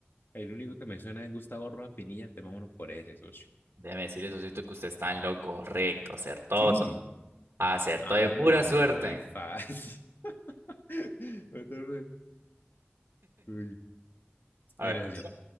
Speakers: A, on the left; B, on the right.
A: El único que me suena es Gustavo Rojas Pinilla, entonces vámonos por ese, socio.
B: Déjeme decirle, socio, que usted está en lo correcto, acertó,
A: Sí.
B: socio, acertó
A: Ah,
B: de pura
A: no,
B: suerte.
A: muy fácil. <laughs> What the fuck? Uy.
B: A
A: Mira,
B: ver,
A: socio.
B: socio,